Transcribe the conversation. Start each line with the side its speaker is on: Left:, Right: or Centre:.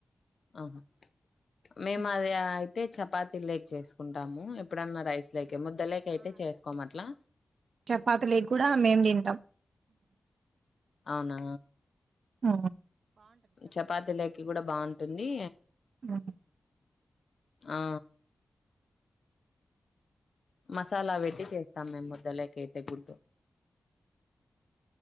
Left: ఆహా మేము
Right: హ్మ్.
Left: అది కదా అయితే చపాతీ లేక్ చేసుకుంటాము ఎప్పుడన్నా రైస్ లేకి ముద్దలేకి అయితే చేసుకోము అట్లా
Right: చపాతి లేకి కూడా మేం తింటాం
Left: అవునా
Right: ఆ
Left: చపాతీ లేకి కూడా బాగుంటుంది
Right: హ్మ్.
Left: ఆ మసాలా పెట్టి చేస్తాం మేము ముద్దలేకి అయితే గుడ్డు